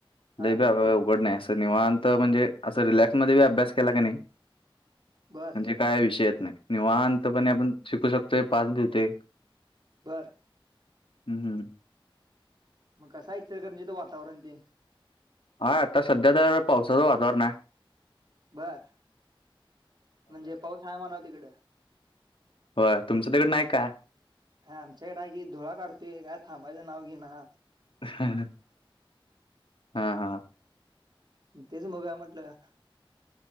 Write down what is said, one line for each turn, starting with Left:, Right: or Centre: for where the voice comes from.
Right: हा
Left: लै बी अव अवघड नई असं निवांत अत म्हणजे अस रिलॅक्स मध्ये पण अभ्यास केला क नई म्हंजे
Right: बर
Left: काय विषय येत नाही निवांतपणे आपण शिकू शकतोय पा स भीतोय.
Right: बर.
Left: हम् हम्.
Right: कसाय इंचरकरंजीच वातावरण तेन.
Left: हाय आता सध्या तर पावसाचं वातावरण हाय.
Right: बर म्हणजे पाऊस आहे म्हणाव तिकडं.
Left: होय तुमचं तिकडं नाही काय?
Right: हाय आमच्याकड हाय की धुरळा काढतोय काय थांबायचं नाव घी ना.
Left: हा हा.
Right: तेच बघुया म्हटलं.